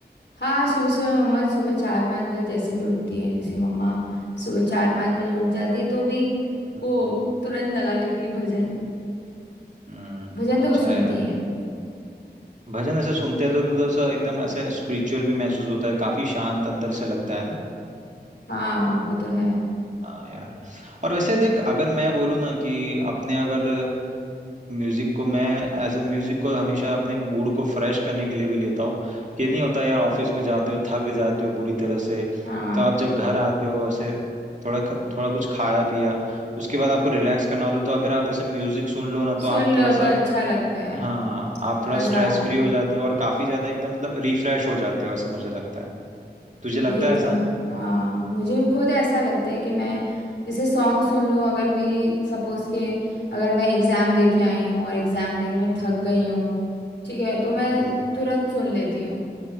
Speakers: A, on the left (about 90°); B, on the right (about 45°).
A: हाँ सुबह सुबह मम्मा सुबह चार पाँच बजे जैसे भी उठती हैं जैसे मम्मा सुबह चार पाँच बजे उठ जाती है तो भी
B: हम्म
A: वो तुरंत लगा लेती हैं भजन
B: हम्म,
A: भजन तो
B: अच्छा
A: वो सुनती
B: है यार
A: हैं
B: भजन ऐसे सुनते हैं तो तो ऐसा एकदम ऐसे स्पिरिचुअल भी महसूस होता है काफी शांत अंदर से लगता है ना
A: हाँ वो तो है
B: हाँ यार और वैसे देख अगर मैं बोलूँ ना कि अपने अगर म्यूजिक को मैं एज ए म्यूजिक को हमेशा अपने मूड को फ्रेश करने के लिए भी लेता हूँ कि नहीं होता यार ऑफिस में जाते हो थक जाते हो बुरी तरह से
A: हाँ
B: तो आप जब घर आते हो ऐसे थोड़ा थोड़ा कुछ खाया पिया उसके बाद आपको रिलैक्स करना होता है तो अगर आप ऐसे म्यूजिक सुन लो ना तो
A: सुन
B: आप
A: लो
B: थोड़ा
A: तो
B: सा
A: अच्छा लगता है
B: हाँ आप
A: मज़ा
B: थोड़ा स्ट्रेस
A: आता
B: फ्री
A: है
B: हो जाते हो और काफी ज्यादा एकदम मतलब रिफ्रेश हो जाते हो ऐसा मुझे लगता है तुझे लगता
A: ये
B: है ऐसा
A: तो हाँ मुझे खुद ऐसा लगता है कि मैं जैसे सॉन्ग सुन लूँ अगर मेरी सपोज के अगर मैं एग्ज़ाम दे के आई हूँ और एग्ज़ाम दे के मैं
B: हम्म,
A: थक गई हूँ ठीक है तो मैं
B: बिल्कुल
A: तुरंत सुन लेती हूँ